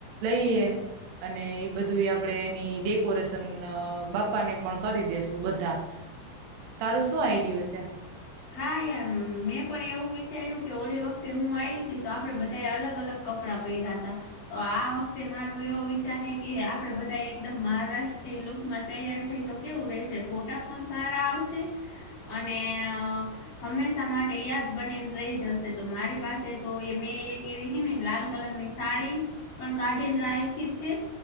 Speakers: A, on the right; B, on the left.
A: લઈએ. અને એ બધું આપણેે એની ડેકોરેશન બાપાને પણ કરી દેસું બધા. તારું શું આઈડિયો છે?
B: હા યાર મેં પણ એવું વિચાર્યું કે વખતે હું હતી તો આપડે બધાએ અલગ અલગ કપડા પેયરાતા, તો આ વખતે માર એવો વિચાર હે કે આપડે બધા એકદમ મહારાષ્ટ્ર લુકમાં તૈયાર થઈ તો કેવું રેશે ફોટા પણ સારા આવશે, અને અ હંમેશા માટે યાદ બનીને રઈ જશે તો મારી પાસે તો એ મેં એક એવી હેને. લાલ કલરની સાડી, પણ કાઢીને રાખી છે.